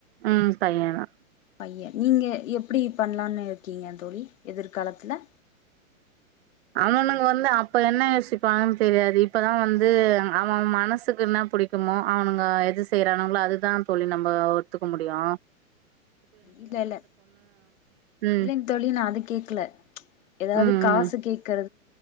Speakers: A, on the right; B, on the left.
A: ம் பையந்தா
B: பையே நீங்க எப்புடி பண்ணலான்னு இருக்கீங்க தோழி எதிர்காலத்துல
A: அவனுக்க வந்து அப்ப என்ன யோசிப்பாங்கனு தெரியாது இப்பதா வந்து அவெ மனசுக்கு என்னப் புடிக்குமோ அவனுங்க எது செய்றானுங்களோ அதுதா தோழி நம்ம ஒத்துக்க முடியு
B: இல்ல இல்ல
A: ம்.
B: இல்லங்
A: ம்.
B: தோழி நா அது கேக்ல எதாவது
A: ம்.
B: காசு கேக்க